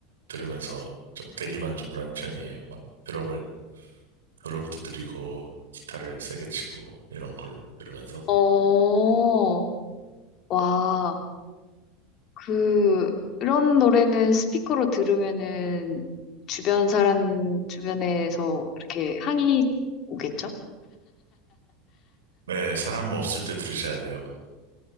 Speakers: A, on the right (about 70°); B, on the left (about 40°).
A: 들으면서 좀 대리만족을 하는 편이에요. 막, 드럼을 여러분도 드리고 기타를 세게 치고 이런 걸 들으면서
B: 어, 와. 그, 그런 노래는 스피커로 들으면은 주변 사람, 주변에서 이렇게 항의 오겠죠?
A: 네 사람 없을 때 들으셔야 돼요.